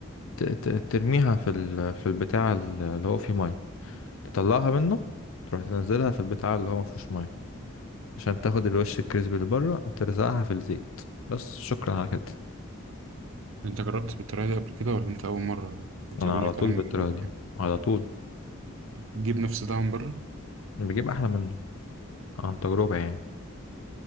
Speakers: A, on the left; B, on the right.
A: ت- ت- ترميها في ال في البتاع اللي هو فيه ميه تطلعها منه تروح تنزلها في البتاع اللي هو ما فيهوش ميه عشان تاخد الوش الكريسبي اللي بره ترزعها في الزيت بس شكرا على كده
B: انت جربت بالطريقة دي قبل كده ولا انت أول مرة بتقول
A: انا على
B: لي كلام
A: طول
B: من
A: بالطريقه
B: عندك
A: دي
B: يعني
A: على طول
B: تجيب نفس طعم بره
A: بجيب احلى منه عن تجربه يعني